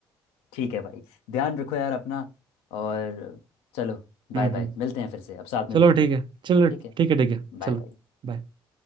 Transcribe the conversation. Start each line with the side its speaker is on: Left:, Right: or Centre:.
Left: ठीक है भाई ध्यान रखो यार अपना और चलो बाय
Right: हम्म
Left: बाय
Right: हम्म
Left: मिलते हैं फिर से अब साथ में
Right: चलो
Left: देखेंगे
Right: ठीक है चलो
Left: ठीक है
Right: ठीक है ठीक है
Left: Bye
Right: चलो
Left: bye
Right: bye.